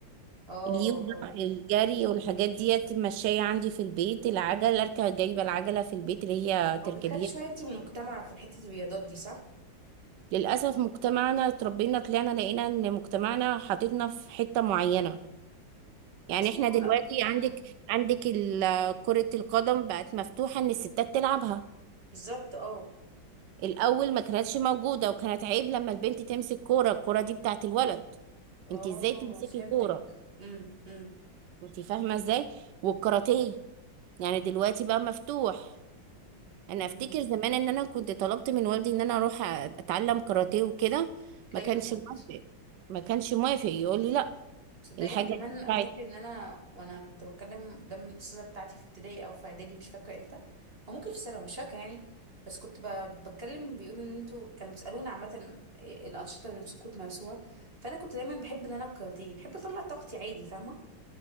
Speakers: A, on the right; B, on the right.
A: اه
B: اليوجا
A: اه
B: الجري والحاجات ديت ماشية عندي في البيت العجل اركب جايبة العجلة في البيت اللي هي
A: طب
B: تركبيها
A: بتخافي شوية انتي من المجتمع في حتة الرياضات دي صح؟
B: للأسف مجتمعنا اتربينا طلعنا لقينا ان مجتمعنا حاططنا في حتة معينة يعني
A: بس
B: احنا
A: هو
B: دلوقتي عندك
A: امم
B: عندك ال- كرة القدم بقت مفتوحة ان الستات تلعبها
A: بالظبط اه
B: الأول ما كانتش موجودة وكانت عيب لما البنت تمسك كورة الكورة دي بتاعت الولد
A: اه
B: انت ازاي تمسكي
A: فهمتك
B: كورة
A: امم امم
B: انت فاهمة ازاي والكاراتيه يعني دلوقتي بقى مفتوح انا
A: امم
B: افتكر زمان ان انا كنت طلبت من والدي ان انا اروح اتعلم كاراتيه وكده
A: تلاقيه
B: ما كانش
A: بفهمت
B: موافق ما كانش موافق يقول لي لا
A: تصدقي
B: الحاجه
A: انا كمان
B: دي بتاعت
A: افتكر ان انا وانا كنت بتكلم قدام الاستاذه بتاعتي في ابتدائي او في اعدادي مش فاكره امتى او ممكن في ثانوي مش فاكره يعني بس كنت ب- بتكلم بيقولوا ان انتوا كانوا بيسالونا عامه إيه الانشطه اللي نفسكم تمارسوها فانا كنت دايما بحب ان انا الكاراتيه بحب اطلع طاقتي عادي فاهمه